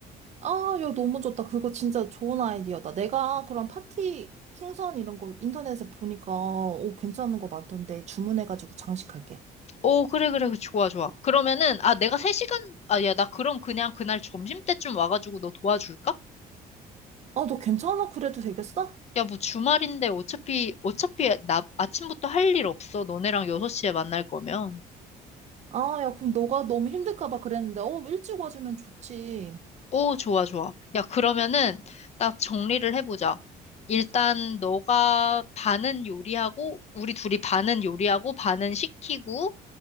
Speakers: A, on the right (about 40°); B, on the left (about 40°).
A: 아, 야, 너무 좋다. 그거 진짜 좋은 아이디어다. 내가 그런 파티 풍선 이런 거 인터넷에 보니까, 오, 괜찮은 거 많던데 주문해가지고 장식할게.
B: 오, 그래, 그래, 좋아, 좋아. 그러면은, 아, 내가 3시간, 아, 야, 나 그럼 그냥 그날 점심때쯤 와가지고 너 도와줄까?
A: 아, 너 괜찮아? 그래도 되겠어?
B: 야, 뭐 주말인데 어차피, 어차피 나 아침부터 할 일 없어. 너네랑 6시에 만날 거면.
A: 아, 야, 그럼 너가 너무 힘들까 봐 그랬는데, 어, 일찍 와주면 좋지.
B: 오, 좋아, 좋아. 야, 그러면은 딱 정리를 해보자. 일단 너가 반은 요리하고, 우리 둘이 반은 요리하고, 반은 시키고,